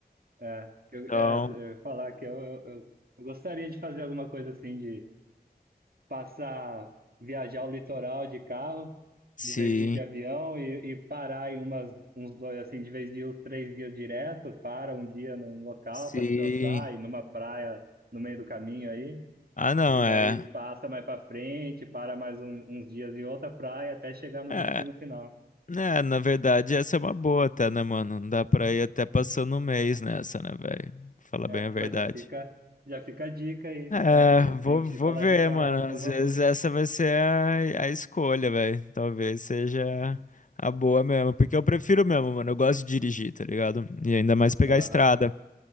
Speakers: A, on the right; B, on the left.
A: É, que eu,
B: Então,
A: é, eu ia falar que eu, eu, eu, eu gostaria de fazer alguma coisa assim, de passar, viajar o litoral de carro,
B: sim,
A: de vez de ir de avião, e, e parar em umas, uns dois, assim, de vez de ir uns três dias direto, para um dia num local
B: sim.
A: para descansar, e numa praia no meio do caminho aí.
B: Ah, não,
A: E
B: é.
A: daí passa mais pra frente, para mais um- uns dias em outra praia até chegar no
B: É,
A: destino final.
B: né, na verdade, essa é uma boa até, né, mano? Dá pra ir até passando um mês nessa, né, velho? Fala
A: É,
B: bem
A: pô,
B: a verdade.
A: já fica, já fica a dica aí.
B: É,
A: É, de repente,
B: vou, vou
A: de colar
B: ver,
A: de carro
B: mano. Às
A: é uma
B: vezes
A: boa.
B: essa vai ser a, a escolha, velho. Talvez seja a boa mesmo. Porque eu prefiro mesmo, mano. Eu gosto de dirigir, tá ligado? E ainda mais pegar
A: Aham,
B: a estrada.